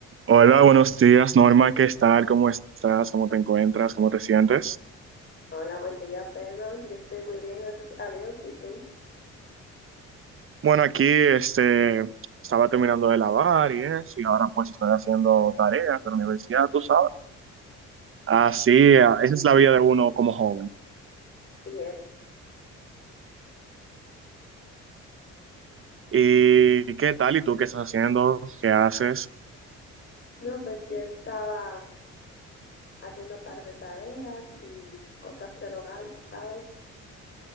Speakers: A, on the right (about 45°); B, on the left (about 40°).
A: Hola, buenos días, Norma, ¿qué tal? ¿Cómo estás? ¿Cómo te encuentras? ¿Cómo te sientes?
B: Hola, buen día, perdón. Yo estoy muy bien, gracias a Dios. ¿Y tú?
A: Bueno, aquí este, estaba terminando de lavar y eso, y ahora pues estoy haciendo tareas de la universidad, tú sabes. Así, ah, esa es la vida de uno como joven.
B: Bien.
A: ¿Y qué tal? ¿Y tú qué estás haciendo? ¿Qué haces?
B: No, pues yo estaba haciendo un par de tareas y cosas del hogar, tú ¿sabes?